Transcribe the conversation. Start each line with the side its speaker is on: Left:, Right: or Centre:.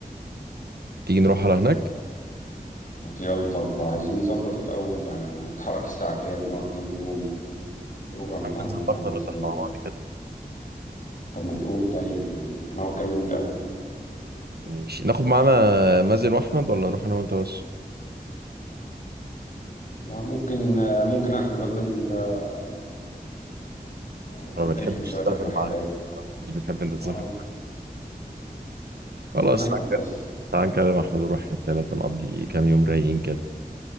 Right: تيجي نروح على هناك؟
Left: ما ت- يلا طب عايزين نظبط الأول يعني هنتحرك الساعة كام هنقعد كام يوم البروجرام
Right: يا
Left: بتاعنا
Right: عم نظبطها
Left: هيبقى عامل
Right: ولا
Left: ازاي
Right: تحت مع بعض كده
Left: طب ما تقول طيب يعني هنقعد كام يوم الأول
Right: ماشي ناخد معانا مازن وأحمد ولا نروح أنا وأنت بس؟
Left: آه، ممكن آه، ممكن أحمد الواد مازن ده آه، بيبقى
Right: ما بتحبش
Left: رخم شوية
Right: تسافر
Left: في الرحلات
Right: معانا مش بتحب أنت تسافر
Left: اه
Right: خلاص
Left: خلينا أحمد بس
Right: تعال نكلم محمود ونروح احنا التلاتة نقضي كام يوم رايقين كده